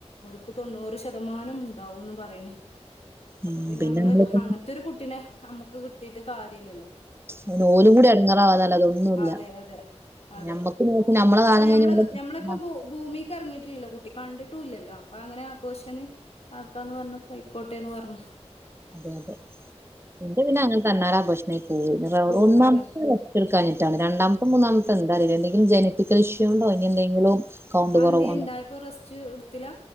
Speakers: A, on the left; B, on the right.
A: ക്ക് തൊണ്ണൂറ് ശതമാനം ഉണ്ടാവന്ന് പറയണ് അപ്പൊ
B: ഉം
A: പിന്നെ നമ്മള്
B: നമ്മളിപ്പോ
A: അങ്ങനത്തെ ഒരു കുട്ടീനെ നമ്മുക്ക് കിട്ടീട്ട് കാര്യ ഇല്ലല്ലോ.
B: പിന്നെ
A: അപ്പൊ
B: ഓലും കൂടി എടങ്ങേറാവാന്നല്ലാതെ
A: പിന്നെ
B: ഒന്നുല്ല
A: അതെ അതെ അതെ
B: ഞമ്മക്ക് നോക്കി നമ്മളെ
A: അപ്പൊ
B: കാലം
A: ഞമ്മള്
B: കഴിഞ്ഞ്
A: ഞമ്മളിപ്പോ
B: ആ
A: പോ ഭൂമിക്ക് ഇറങ്ങിയിട്ടില്ലല്ലോ കുട്ടി കണ്ടിട്ടുംല്ലല്ലോ അപ്പൊ അങ്ങനെ ആ പോഷന്. ആക്കന്ന് പറഞ്ഞ പയിക്കോട്ടെന്ന് പറഞ്
B: അതെ അതെ എന്റെ പിന്നെ അങ്ങനെ തണ്ണാലെ ആ ഭോർഷണായി പോവ
A: പോവാണ്
B: ഒന്നാം ല്ല. തീർക്കാനിട്ടാണ്ണ് രണ്ടാമത്തും മൂന്നാമത്തെ എന്തറ എന്തങ്കിലും ജനറ്റിക്കൽ ഇഷ്യൂ ഉണ്ടോ ഇനി എന്തെങ്കിലും. കൗണ്ട്
A: ആ
B: കുറവോ
A: എന്തേ ഇണ്ടായപ്പോ റസ്റ്റ് എടുത്തില്ല.